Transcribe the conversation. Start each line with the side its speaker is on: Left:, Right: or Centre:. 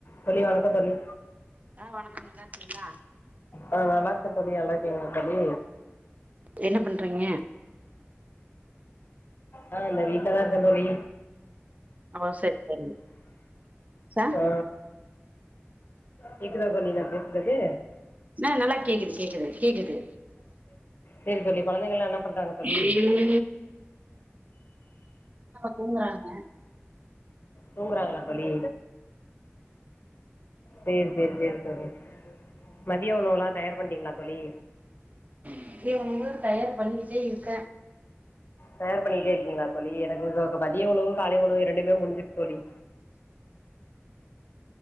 Left: தோழி வணக்கம் தோழி
Right: ஆ வணக்கம் நல்லாருக்கீங்களா
Left: ஆ நல்லா இருக்கே தோழி நல்லா இருக்கீங்களா தோழி
Right: என்ன பண்றீங்க
Left: ஆ இந்த வீட் ல தா இருக்கே தோழி
Right: ஓ சரி சரி ச
Left: ஆ கேக்குதா தோழி நா பேசுறது
Right: ஆ நல்லா கேக்குது கேக்குது கேக்குது
Left: செரி தோழி கொழந்தைங்கல்லா என்ன பண்றாங்க தோழி
Right: <inaudible> தூங்குறாங்க
Left: தூங்கறாங்களா தோழி சரி சரி சரி தோழி மதிய உணவுலாம் தயார் பண்ணிட்டீங்களா தோழி
Right: மதிய உணவு தயார் பண்ணிட்டே இருக்க
Left: தயார் பண்ணிட்டே இருக்கீங்களா தோழி எனக்கு க மதிய உணவு காலை உணவு இரண்டுமே முடிஞ்சிட்டு தோழி